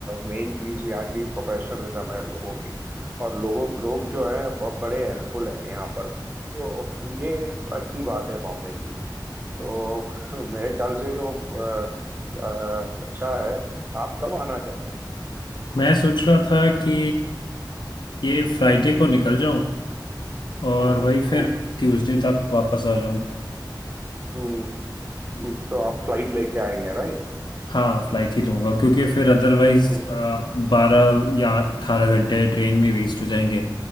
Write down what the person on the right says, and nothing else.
मेन चीज यहाँ की प्रोफेशनलिज्म है लोगों की और लोगों लोग जो है बहुत बड़े हेल्पफुल हैं यहाँ पर तो ये एक अच्छी बात है बॉम्बे की तो मेरे ख्याल से तो अ, अ, अच्छा है आप कब आना चाहते हैं
हम्म
हम्म
हम्म
हम्म हम्म, तो आप फ्लाइट लेके आएंगे राइट
हम्म
हम्म